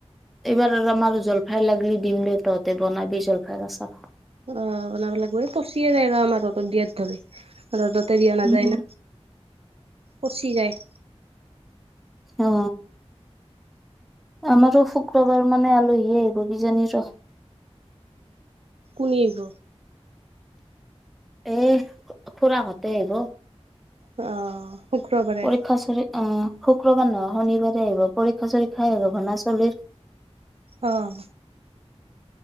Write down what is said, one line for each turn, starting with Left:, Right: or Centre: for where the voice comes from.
Centre: এইবাৰ আৰু আমাৰ জলফাই লাগলি। দিম দে তহঁতে বনাবি জলফাই আচাৰ।
Right: অ বনাব লাগিব এই পচিয়ে যায় আৰু আমাৰ ৰতত দিয়াত ধৰি। ৰ'দতে দিয়া নাযায়
Centre: উম
Right: না। পচি যায়।
Centre: অ আমাৰো শুক্ৰবাৰ মানে আলহী আহিব কিজানি ৰ।
Right: কুনি আহিব।
Centre: এ খুৰা হতে আহিব।
Right: অ। শুক্ৰবাৰে
Centre: পৰীক্ষা উচৰে অ। শুক্ৰবাৰ নহয় শনিবাৰে আহিব পৰীক্ষা চৰীক্ষা আহিব ভনা চলিৰ।
Right: অঁহ।